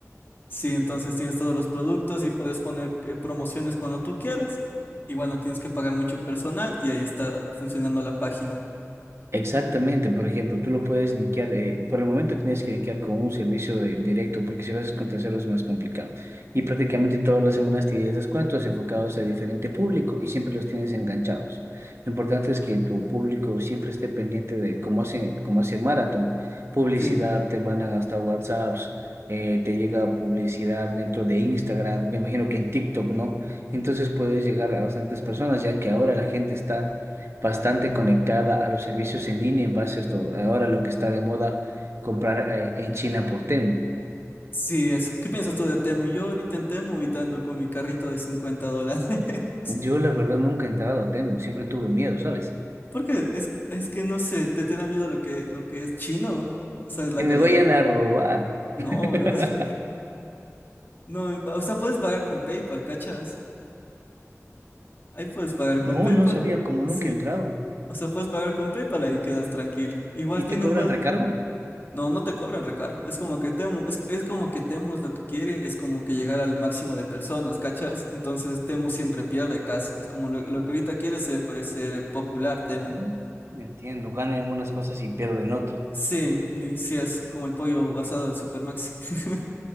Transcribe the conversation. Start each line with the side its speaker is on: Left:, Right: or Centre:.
Left: sí, entonces tienes todos los productos y puedes poner eh, promociones cuando tú quieras. Igual no tienes que pagar mucho personal y ahí está funcionando la página.
Right: Exactamente, por ejemplo, tú lo puedes linkear, eh, por el momento tienes que linkear con un servicio de- directo, porque si lo haces con terceros es más complicado. Y prácticamente todas las semanas tienes descuentos enfocados a diferente público y siempre los tienes enganchados. Lo importante es que tu público siempre esté pendiente de cómo hace, cómo hace Marathon, publicidad,
Left: Sí.
Right: te mandan hasta WhatsApps, eh, te llega publicidad dentro de Instagram, me imagino que en TikTok, ¿no? Entonces puedes llegar a bastantes personas, ya que ahora la gente está bastante conectada a los servicios en línea en base a esto, ahora lo que está de moda comprar eh, en China por Temu.
Left: Sí, eso. ¿Qué piensas tú de Temu? Yo ahorita en Temu y te ando con mi carrito de 50 dólares. <laughs>
Right: Yo la verdad nunca he entrado a Temu, siempre tuve miedo, ¿sabes?
Left: Porque es, es que no sé, ¿te, te da miedo lo que, lo que es chino? O sea, la
Right: Que me
Left: calidad.
Right: vayan a robar.
Left: No,
Right: <laughs>
Left: bro. <laughs> No, o sea, puedes pagar con PayPal, ¿cachas? Ahí puedes pagar
Right: No,
Left: con PayPal.
Right: no sabía como nunca
Left: Sí.
Right: he entrado.
Left: O sea, puedes pagar con PayPal, ahí quedas tranquilo. Igual
Right: ¿Y te
Left: tiene
Right: cobran
Left: un buen,
Right: recargo?
Left: No, no te cobran recargo. Es como que Temu, es, es como que Temu es lo que quiere, es como que llegar al máximo de personas, ¿cachas? Entonces Temu siempre pierde casi. Es como lo, lo que ahorita quiere ser, pues, ser popular Temu.
Right: Ujú. Entiendo, ganan en unas cosas y pierden en otras.
Left: Sí, li- sí es como el pollo asado del Supermaxi. <laughs>